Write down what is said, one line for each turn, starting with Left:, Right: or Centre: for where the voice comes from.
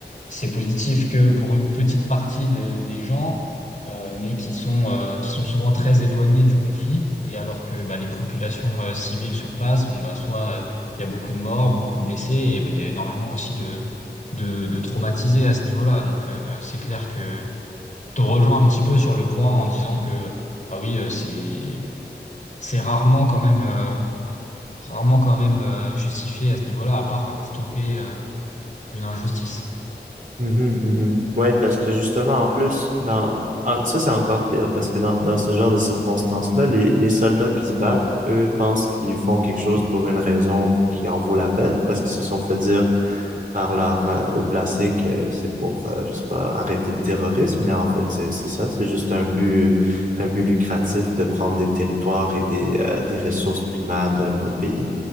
Left: c'est positif que pour une petite partie de- des gens, euh, mais qui sont, euh, qui sont souvent très éloignés du conflit, et alors que bah, les populations euh, civiles sur place, on, bah, soit euh, il y a beaucoup de morts, beaucoup de blessés, et bah, il y a énormément aussi de, de, de traumatisés à ce niveau-là. Donc euh, c'est clair que te rejoins un petit peu sur le point en disant que bah oui, euh, c'est, c'est rarement quand même, euh, rarement quand même euh, justifié à ce niveau-là, à part pour stopper euh, une injustice.
Right: Mhm, mhm. Ouais, parce que justement, en plus, dans ah, ça, c'est encore pire, parce que dans, dans ce genre de circonstances-là, les, les soldats qui se battent, eux, pensent qu'ils font quelque chose pour une raison qui en vaut la peine, parce qu'ils se sont fait dire par leur euh, haut placé que c'est pour, euh, je sais pas, arrêter le terrorisme, mais en fait, c'est c'est ça, c'est juste un but, un but lucratif de prendre des territoires et des, euh, des ressources primaires d'un autre pays.